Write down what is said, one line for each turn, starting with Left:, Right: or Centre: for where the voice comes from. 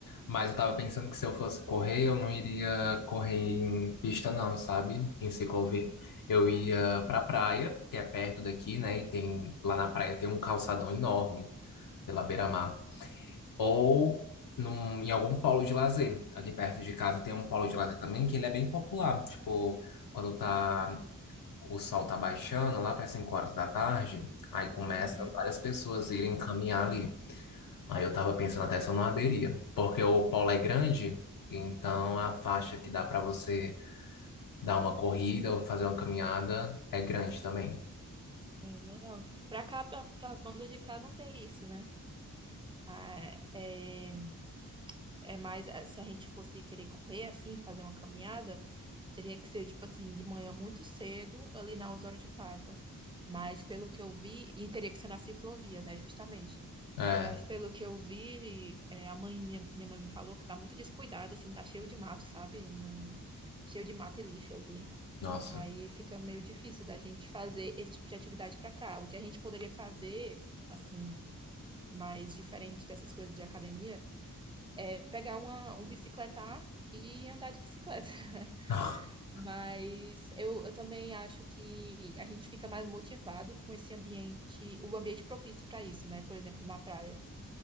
Left: Mas eu tava pensando que se eu fosse correr, eu não iria correr em pista não, sabe? Em ciclovia.
Right: Uhum,
Left: Eu ia pra praia, que é perto daqui, né? E tem lá na praia tem um calçadão enorme pela beira-mar. Ou num- em algum polo de lazer. Aqui perto de casa tem um polo de lazer também, que ele é bem popular. Tipo, quando tá o sol tá baixando, lá para 5 horas da tarde, aí começa
Right: uhum.
Left: várias pessoas irem caminhar ali. Aí eu tava pensando até se eu não aderia, porque o polo é grande, então a faixa que dá pra você dar uma corrida ou fazer uma caminhada é grande também.
Right: É, legal. Pra cá, pra, pras bandas de cá, não tem isso, né? Ah, é, é mais, ah, se a gente fosse querer correr, assim, fazer uma caminhada, teria que ser, tipo assim, de manhã muito cedo, ali na Osório de Paiva. Mas pelo que eu vi, e teria que ser na ciclovia, né, justamente.
Left: É,
Right: Mas pelo que eu vi, é, a mãe, minha, minha mãe me falou que tá muito descuidado, assim, tá cheio de mato, sabe? Não, cheio de mato e lixo ali.
Left: nossa.
Right: Aí fica meio difícil da gente fazer esse tipo de atividade para cá. O que a gente poderia fazer, assim, mais diferente dessas coisas de academia, é pegar uma, um bicicletar e andar de bicicleta. <laughs>
Left: <laughs>
Right: Mas eu, eu também acho que a gente fica mais motivado com esse ambiente, o ambiente propício para isso, né? Por exemplo, na praia.